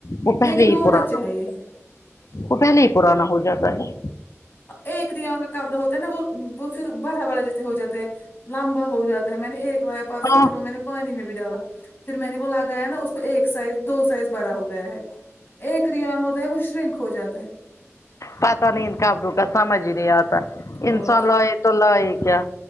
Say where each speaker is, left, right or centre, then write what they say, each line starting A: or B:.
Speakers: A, on the left (about 80°); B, on the left (about 45°).
A: وہ پہلے
B: لیکن
A: ہی
B: رونا
A: پرانا
B: چاہیے
A: ہو وہ پہلے ہی پرانا ہو جاتا ہے
B: ایک ریا ان کا کپڑا ہوتا ہے نا وہ وہ پھر بڑا بڑا جیسے ہو جاتا ہے لمبا ہو جاتا ہے میں نے ایک لایا پرسوں
A: ہاں
B: پھر وہ میں نے پانی میں بھی ڈالا پھر میں نے وہ لگایا نا ایک سائز دو سائز بڑا ہو گیا ہے ایک ریان ہوتا ہے وہ شرنک ہو جاتا ہے
A: پتہ نہیں ان کابروں کا سمجھ ہی نہیں آتا انسان
B: اور کیا
A: لائے تو لائے کیا